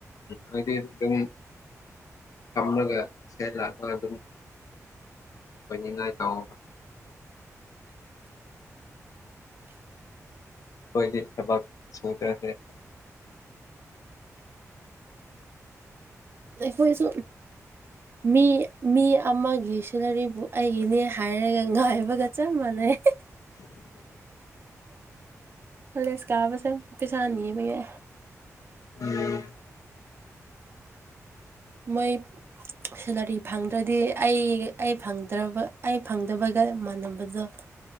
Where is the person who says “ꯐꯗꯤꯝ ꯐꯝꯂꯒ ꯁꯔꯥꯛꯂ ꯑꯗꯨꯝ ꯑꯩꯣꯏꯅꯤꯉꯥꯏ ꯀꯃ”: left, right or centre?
Left